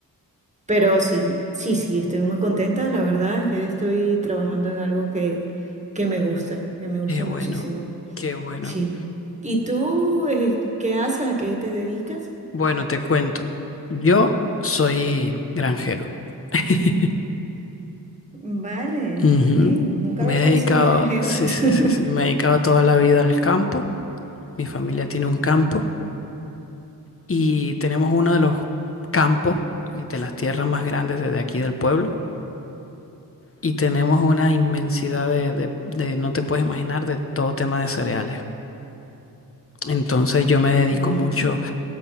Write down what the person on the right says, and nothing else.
Pero sí, sí, sí, estoy muy contenta. La verdad es que estoy trabajando en algo que, que me gusta, que me gusta
muchísimo.
Sí. ¿Y tú, eh, qué haces? ¿A qué te dedicas?
Vale,
bien. Nunca
había conocido
un granjero.
<laughs>
Bien.